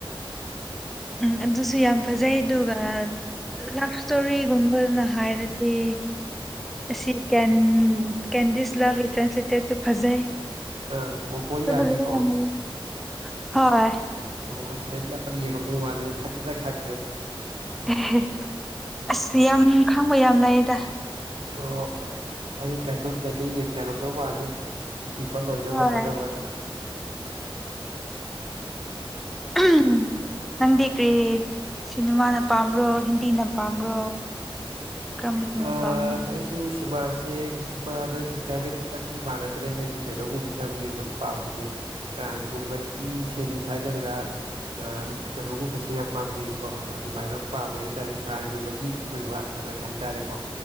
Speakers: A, in the centre; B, on the right.
A: ꯎꯝ ꯑꯗꯨꯁꯨ ꯌꯥꯝ ꯐꯖꯩ ꯑꯗꯨꯒ ꯂꯐ ꯁ꯭ꯇꯣꯔꯤꯒꯨꯝꯕꯅ ꯍꯥꯏꯔꯗꯤ ꯑꯁꯤ ꯀꯦꯟ ꯀꯦꯟꯗꯤꯁ ꯂꯚ ꯇ꯭ꯔꯟꯁꯇꯦꯠꯁꯨ ꯐꯖꯩ
B: ꯑꯥ ꯀꯣꯔꯤꯌꯥꯒꯤ
A: ꯐꯖꯕ
B: ꯀꯣ
A: ꯌꯥꯝ ꯂꯩ ꯍꯣꯏ
B: ꯑꯣ ꯑꯁ ꯑꯩꯗꯤ ꯌꯥꯝ ꯌꯦꯡꯉꯝꯗꯧ ꯃꯥꯜꯂꯦ ꯌꯥꯝ ꯐꯖꯅ ꯈꯪꯈ꯭ꯔꯦ
A: ꯍꯦꯍꯦ ꯑꯁ ꯌꯥꯝ ꯈꯪꯕ ꯌꯥꯝ ꯂꯩꯌꯦꯗ
B: ꯑꯣ ꯑꯍꯤꯡꯒ ꯇꯨꯝꯗꯈꯩ ꯌꯦꯡꯗꯔꯝꯗꯧ ꯃꯥꯜꯂꯦ ꯏꯄꯤꯁꯣꯠ ꯂꯣꯏꯅꯕ
A: ꯍꯣꯏ
B: ꯍꯣꯠꯅꯕꯗ
A: ꯑ ꯍꯝ ꯅꯪꯗꯤ ꯀ꯭ꯔꯤ ꯁꯤꯅꯤꯃꯥꯅ ꯄꯥꯝꯕ꯭ꯔꯣ ꯍꯤꯟꯗꯤꯅ ꯄꯥꯝꯕ꯭ꯔꯣ ꯀꯔꯝꯕꯗꯨꯅ
B: ꯑꯥ
A: ꯄꯥꯝꯕ꯭ꯔꯣ
B: ꯑꯩꯁꯨ ꯁꯤꯃꯥꯁ ꯑꯦ ꯁꯤꯃꯥꯗ ꯁꯤꯁꯇ꯭ꯔꯒꯗꯤ ꯈꯤꯇꯪꯗꯤ ꯃꯥꯟꯅꯗ꯭ꯔꯦ ꯍꯥꯏꯗꯤ ꯀꯩꯅꯣꯒꯨꯝꯕꯁꯦ ꯌꯥꯝ ꯌꯦꯡꯕꯅ ꯄꯥꯝꯖꯩ ꯇ꯭ꯔꯥꯏꯝꯒꯨꯝꯕꯒꯤ ꯁꯦꯔꯤꯁ ꯍꯥꯏꯒꯗ꯭ꯔꯥ ꯑꯥ ꯏꯠ ꯩꯅꯣꯒꯨꯝꯕꯁꯦ ꯌꯥꯝꯅ ꯄꯥꯝꯖꯩ ꯀꯣ ꯑꯗꯨꯃꯥꯏꯅ ꯑꯗꯨꯝ ꯄꯥꯝꯃꯦ ꯍꯥꯏꯇꯥꯔꯦ ꯀ꯭ꯔꯥꯏꯝꯒꯨꯝꯕꯒꯤ ꯑꯣꯏꯕ ꯀꯩꯅꯁꯦ ꯍꯥꯏꯇꯔꯦ